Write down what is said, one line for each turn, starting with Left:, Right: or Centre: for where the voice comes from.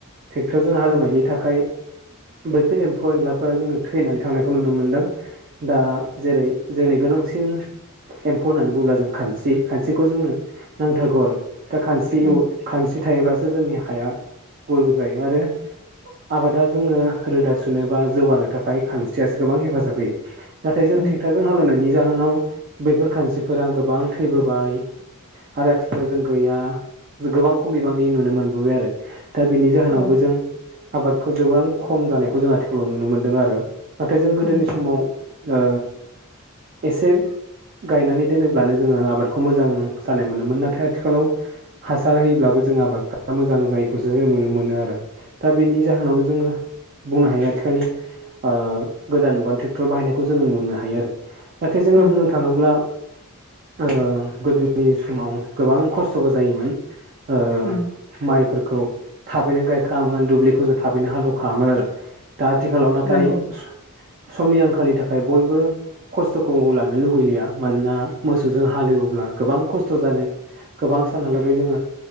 Right: ट्रेक्टरजों हाल एवनायनि थाखाय बैफोर एम्फौ एनलाफोरा जोङो थैनानै थांनायखौ नुनो मोन्दों। दा जेरै जोंनि गोनांसिन एम्फौ होननानै बुङोब्ला जों खानस्रि खानस्रिखौ जोंनो नांथारगौ आरो। दा खानस्रि
Left: उम
Right: उइ खानस्रि थायोब्लासो जोंनि हाया गुरुं जायो आरो आबादा जोङो रोदा सुनो बा जौगानो थाखाय खानस्रियासो गोबां हेफाजाब होयो। नाथाय जों
Left: उम
Right: ट्रेक्ट'रजों हालेनायनि जाहोनाव बैफोर खानस्रिफोरा गोबां थैबोबाय। आरो आथिखालाव जों गैया गोबां खम बिबां नि नुनो मोनबोबाय आरो दा बिनि जाहोनावबो
Left: औ
Right: जों आबादखौ गोबां खम जानायखौ जों आथिखालाव नुनो मोन्दों आरो। नाथाय जों गोदोनि
Left: उम
Right: समाव ओ एसे गायनानै दोनोब्लानो जोङो आबादखौ मोजां जानाय मोनोमोन। नाथाय आथिखालाव हासार होयोब्लाबो ज जों आबादफोरा मोजां जायैखौसो जों नुनो मोनो आरो। दा बेनि जाहोनावनो जोङो बुंनो हायो आथिखालि ओ गोदान मुगानि ट्रेक्टर बाहायनायखौ जों नुनो हायो आरो। नाथाय जोङो
Left: उम
Right: बुंनो थाङोब्ला ओ गोदोनि समाव गोबां खस्थ'बो जायोमोन। ओ
Left: ओम।
Right: माइफोरखौ थाबैनो गायखाङामोन दुब्लिखौ जों थाबैनो हाल एवखाङामोन आरो। दा आथिखालाव नाथाय
Left: नंगौ
Right: स-समनि आंखालनि थाखाय बयबो खस्थ'खौ लानो लुुगैलिया मानोना मोसौजों हालेवोब्ला गोबां कस्थ' जानो गोबां सानहालागै जोङो